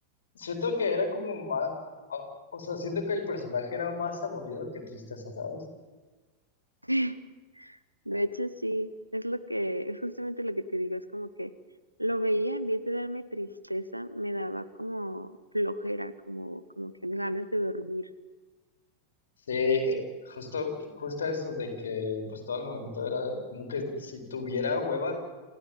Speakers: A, on the left (about 65°); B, on the right (about 85°).
A: siento que era como más, ah, o sea, siento que el personaje era más aburrido que tristeza, ¿sabes?
B: <laughs> De hecho, sí, es lo que, es justamente lo que te digo, es como que lo veía, en vez de darme tristeza, me daba como flojera, como, como que ganas de dormir.
A: Sí, eh, justo, justo eso de que, pues todo el momento era como que si tuviera hueva,